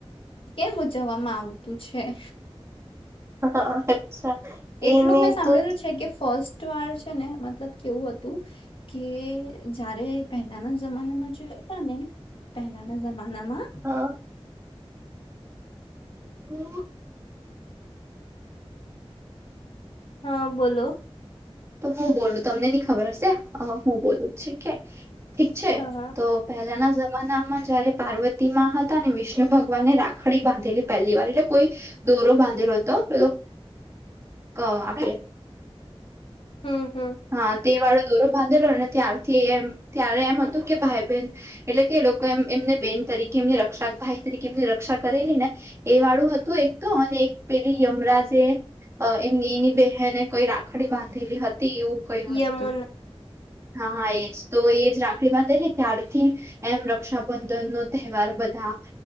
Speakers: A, on the left; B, on the right.
A: કેમ ઉજવામાં આવતું છે?
B: હા અચ્છા.
A: એટલું
B: એને
A: મેં સાંભળેલું
B: તો
A: છે કે, ફર્સ્ટ વાર છે ને મતલબ કેવું હતું. કે જયારે પહેલાના જમાનામાં જો હતા ને. પહેલાના જમાનામાં.
B: હ. તો.
A: હા બોલો.
B: તો હું બોલું તમને નહી ખબર હશે હું બોલું ઠીક છે ઠીક છે
A: હા હા
B: તો. પહેલાના જમાનામાં જયારે પાર્વતી માં હતા ને, વિષ્ણુ ભગવાનને રાખડી બાંધેલી પહેલી વાર એટલે કોઈ. દોરો બાંધેલો હતો. પેલો ક આપ.
A: હમ્મ હમ્મ.
B: હા તે વાળો દોરો બાંધેલો. અને ત્યારથી એમ ત્યારે એમ હતું કે ભાઈ બહેન. એટલે કે એ લોકો એમ એમને બેન તરીકે એમની રક્ષા ભાઈ તરીકે એમની રક્ષા કરેલી ને. એ વાળું હતું એક. તો અને એક પેલી યમરાજે. અ એમની એની બહેને કઈ રાખડી બાંધેલી હતી. એવું કઈ હતું.
A: યમે
B: હા હા એજ તો એજ રાખડી વાત એ ને ત્યારથી. એમ રક્ષાબંધન નો તહેવાર બધા.